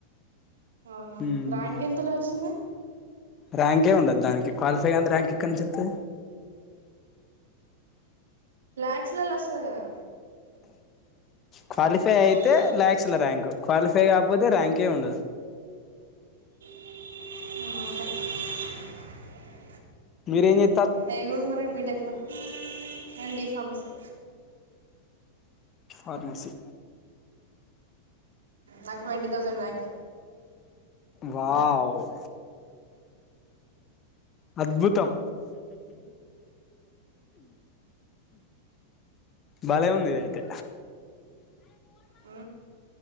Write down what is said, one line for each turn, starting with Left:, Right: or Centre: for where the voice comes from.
Right: అవునా
Left: మ్మ్
Right: ర్యాంక్ ఎంతలో వచ్చింది
Left: ర్యాంకే ఉండదు దానికి క్వాలిఫై అంది ర్యాంక్ ఎక్కడి ను చెప్తే
Right: లక్షల్లో వస్తుంది కదా అట్లా
Left: క్వాలిఫై
Right: చూడలే
Left: అయితే ల్యాక్స్ల ర్యాంకు క్వాలిఫై కాకపోతే ర్యాంకే ఉండదు
Right: <unintelligible>
Left: మీరయాని
Right: ఏ గ్రూప్ మరి బీటెక్లో అండ్ బి ఫార్మసీ
Left: ఫార్మాసి
Right: నాకు ట్వంటీ థౌజండ్ బ్యాంక్
Left: వావ్ అద్భుతం బలే ఉందది అయితే
Right: అ